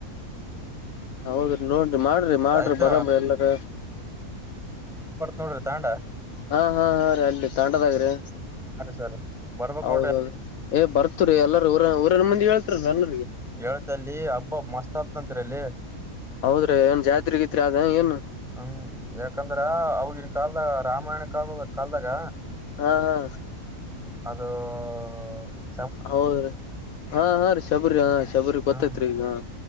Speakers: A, on the left; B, in the centre.
A: ಹೌದ್ರಿ ನೋನ್ಿ ಮಾಡ್ರಿ ಮಾಡ್ರಿ
B: ಆಯ್ತ
A: ಬರ್ರ ಎಲ್ಲಾರ
B: ನೋಡಿರ್ತಾಂಡಾ
A: ಹಾ ಹಾ ಹಾ ರೀ ಅಲ್ಲಿ ತಂಡದಾಗಿ್ರೀ
B: ಅರಿ ಸರ್ ಬರ್ಬಕ್
A: ಹೌದೌದು
B: ನೋಡ್ರಿ
A: ಏ ಬರ್ತತ್ರಿ ಎಲ್ಲಾರ ಊರ ಊರನ ಮಂದಿ ಹೇಳ್ತಾರಲ್ಲ ಎಲ್ಲರಿಗ
B: ಹೇಳ್ತ ಅಲ್ಲಿ ಹಬ್ಬ ಮಸ್ತ್ ಆತ್ತ್ರಿ ಅಲ್ಲಿ
A: ಹೌದ್ರಿ ಏನ್ ಜಾ್ರಗಿತ್ರಿ ಅದ ಏನು
B: ಹ್ಮ ಯಾಕಂದ್ರ ಅವಗನ್ ಕಾಲ್ದ ರಾಮಾಯಣ ಕಾಲಲ್ ಕಲ್ದಾಗ
A: ಹಾ ಹಾ
B: ಹ್ಮ
A: ಹೌದೀ ಹಾ ಹಾ ರೀ ಶಬರಿ ಹ ಶಬರಿ
B: ಹ್ಮ್
A: ಗೊತ್ತೈತ್ರಿ ಈಗ